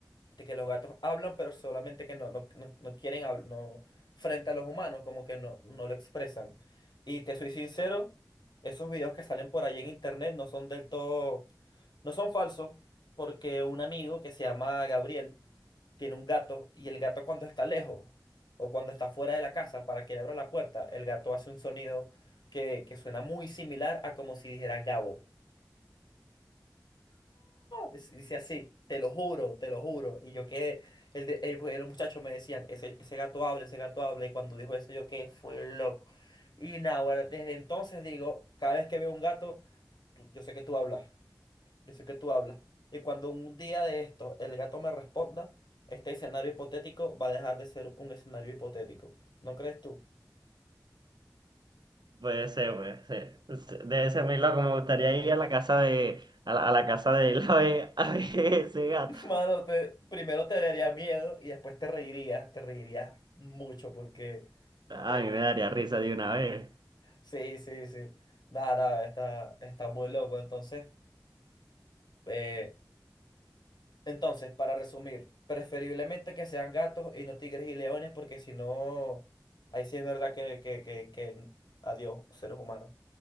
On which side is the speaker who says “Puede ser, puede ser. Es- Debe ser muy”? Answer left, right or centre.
Right